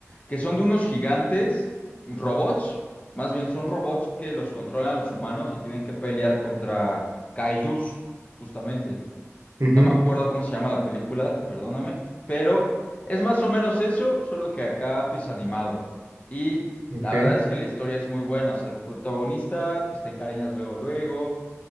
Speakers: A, on the left; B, on the right.
A: Que son de unos gigantes, robots. Más bien son robots que los controlan los humanos y tienen que pelear contra kaijus, justamente.
B: ujú,
A: No me acuerdo cómo se llama la película, perdóname. Pero es más o menos eso, solo que acá pues animado. Y
B: ujú.
A: la
B: Ok,
A: verdad es que la historia es muy buena. O sea, el protagonista pues te encariñas luego, luego.